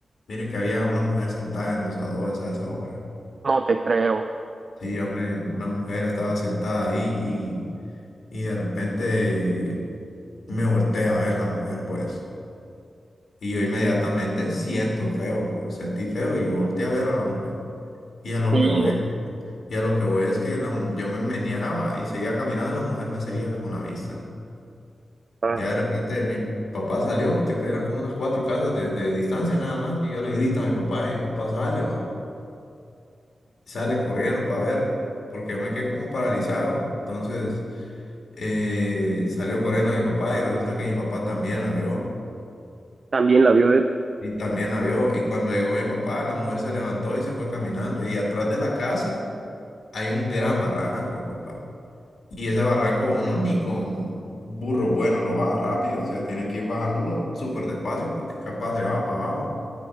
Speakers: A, on the left (about 80°); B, on the right (about 55°).
A: Mire que había una mujer sentada en los adobes a esa hora.
B: No te creo.
A: Sí, hombre, una mujer estaba sentada ahí y, y de repente me volteé a ver la mujer, pues. Y yo inmediatamente siento feo, pues. Sentí feo y volteé a ver a la mujer. Y a lo
B: Sí,
A: que voy, y a lo que voy es que la mu- yo me meneaba y seguía caminando y la mujer me seguía con la vista.
B: ah,
A: Ya de repente mi papá salió porque eran como unas cuatro casas de, de distancia nada más. Y yo le grito a mi papá y mi papá sale, va. Sale corriendo para ver, porque yo me quedé como paralizado. Entonces eh, salió corriendo mi papá y resulta que mi papá también la vio.
B: también la vio de-
A: Y también la vio. Y cuando llegó mi papá, la mujer se levantó y se fue caminando. Y atrás de la casa hay un gran barranco, compa. Y ese barranco uno ni con burro bueno lo baja rápido, o sea, tiene que ir bajándolo súper despacio porque capaz se va para abajo.